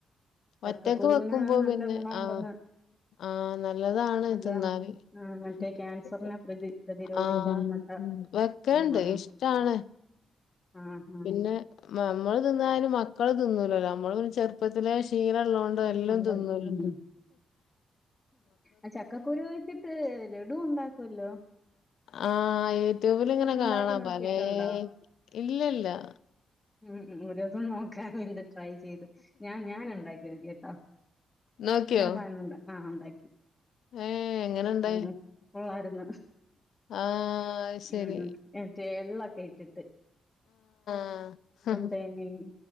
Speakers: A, on the left; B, on the left.
A: ചക്കക്കുരുവിന്
B: ഒറ്റക്ക് വെക്കുമ്പോ
A: നല്ല
B: പിന്നെ
A: ഗുണമുണ്ടെന്ന്
B: ആഹ്. ആഹ് നല്ലതാണ്
A: നല്ല
B: തിന്നാൻ
A: ആഹ്
B: <unintelligible>
A: മറ്റേ ക്യാൻസറിനെ പ്രതി പ്രതിരോധിക്കാൻ
B: ആഹ് ഉം
A: എന്നൊക്കെ
B: വെക്കെല്ണ്ട്
A: ഗുണ ആഹ്
B: ഇഷ്ടാണ്
A: ആഹ് ആഹ്
B: പിന്നെ മമ്മള് തിന്നാലും മക്കള് തിന്നൂലല്ലോ അമ്മള് ചെറുപ്പത്തിലെ ശീല ള്ളോണ്ട് എല്ലും
A: അങ്ങനെ
B: തിന്നല്ലോ
A: ഉം ആഹ് ചക്കക്കുരു വെച്ചിട്ട് ലഡുവുണ്ടാക്കൊല്ലോ
B: ആഹ് യൂട്യൂബില്ങ്ങനെ
A: ഉണ്ടാക്കി
B: കാണാം
A: നോക്കിയിട്ടുണ്ടോ
B: പലേ ഇല്ലല്ലാ
A: ഉം ഉം ഒരോസം നോക്കാന് വേണ്ടി ട്രൈ ചെയ്ത് ഞാ ഞാന് ഇണ്ടാക്യോക്കി കെട്ടോ
B: നോക്കിയോ
A: ഞാൻ പാല്നോണ്ട് ആഹ് ഒണ്ടാക്കി
B: ഏഹ് എങ്ങനെണ്ടായി
A: ഉം കൊള്ളാ ര്ന്ന്
B: ആഹ് ശരി
A: ഉം മറ്റേ എള്ളൊക്കേയിട്ടിട്ട്
B: ആഹ്
A: തേങ്ങയും